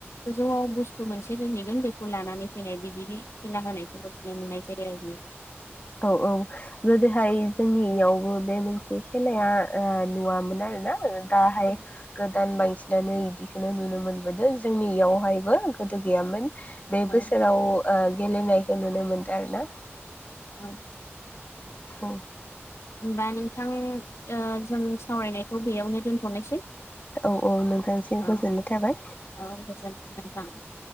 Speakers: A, on the left; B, on the left.
A: गोजौआव बुस्थु मोनसे दोनहैगोन बेखौ लानानै फैनाय बिदि खेला होनायखौबो नुनो मोननाय जायो आरो । <inaudible>
B: औ-औ गोदोहाय । जोंनियावबो बे मोनसे खेलाया ओ नुवामोन आरोना ओ दाहाय
A: औ
B: गोद दान बांसिनानो इदिखोनो मोनो मोनबोदों जोंनि इयावहायबो गोदो गैयामोन । बे
A: औ
B: बोसोराव ओ गेलेनायखौ नुनो मोनदों आरोना ।
A: <unintelligible>
B: औ ।
A: होमबा नोंथां ओ जों सावरायनायखौ बेयावनो दोन थ'नोसै
B: औ औ नोंथांसिम
A: औ-औ
B: गोजोननाय थाबाय
A: गोजोनथों नोंथां ।